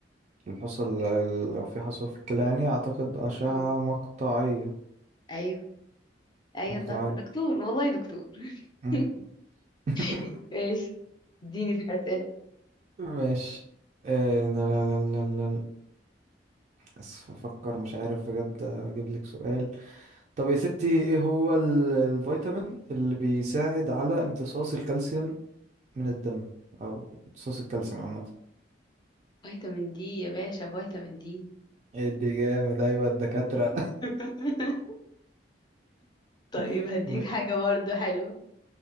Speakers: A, on the right (about 40°); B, on the left (about 25°).
A: الحصى ال- لو في حصوة في الكلى يعني أعتقد أشعة
B: اه
A: مقطعية
B: ايوه ايوه
A: مقطعية
B: طب دكتور والله دكتور
A: أمم.
B: <laughs>
A: <laughs>
B: ماشي اديني في الاسئله
A: ماشي آه، لا لا لا لا لا اسف افكر مش عارف بجد اجيب لك سؤال طب يا ستي ايه هو ال- الفيتامين اللي بيساعد على امتصاص الكالسيوم من الدم او امتصاص الكالسيوم عامة
B: فيتامين دي يا باشا فيتامين دي
A: ايه دي جامد ايوه الدكاترة
B: <laughs> طيب
A: <laughs>
B: هديك
A: م-
B: حاجه برضو حلوه